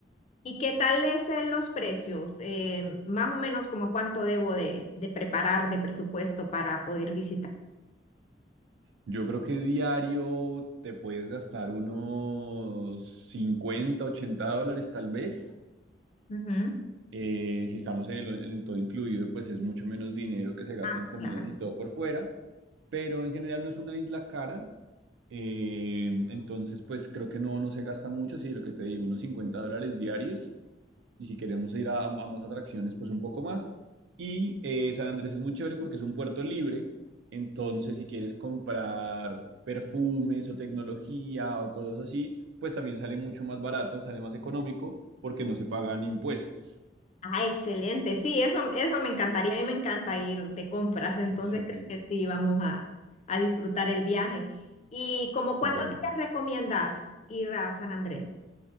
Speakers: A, on the left (about 40°); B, on the right (about 80°).
A: ¿Y qué tal es eh, los precios? Eh, más o menos como cuánto debo de, de preparar de presupuesto para poder visitar.
B: Yo creo que diario te puedes gastar unos 50 80 dólares tal vez.
A: Ujú.
B: Eh, si estamos en el, en el todo incluido, pues es mucho menos dinero que se gasta
A: Ah,
B: en comidas
A: claro.
B: y todo por fuera. Pero en general no es una isla cara. eh, entonces, pues creo que no, no se gasta mucho. Si lo que te digo, unos 50 dólares diarios y si queremos ir a, a más atracciones, pues un poco más. Y eh, San Andrés es muy chévere porque es un puerto libre, entonces si quieres comprar perfumes o tecnología o cosas así, pues también sale mucho más barato, sale más económico porque no se pagan impuestos
A: Ah, excelente. Sí, eso, eso me encantaría. A mí me encanta ir de compras, entonces
B: de shopping.
A: creo que sí, vamos a, a disfrutar el viaje. ¿Y como
B: Qué
A: cuántos
B: bueno.
A: días recomiendas ir a San Andrés?